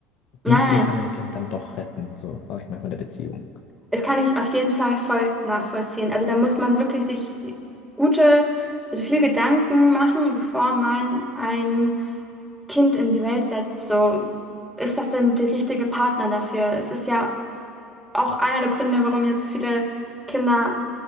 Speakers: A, on the left; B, in the centre.
A: wie
B: Nein,
A: viel kann
B: nein,
A: ein Kind dann doch retten, so sag ich mal, von der Beziehung?
B: es kann ich auf jeden Fall voll nachvollziehen. Also da muss man wirklich sich gute, also viel Gedanken machen, bevor man ein Kind in die Welt setzt. So, ist das denn der richtige Partner dafür? Es ist ja auch einer der Gründe, warum jetzt viele Kinder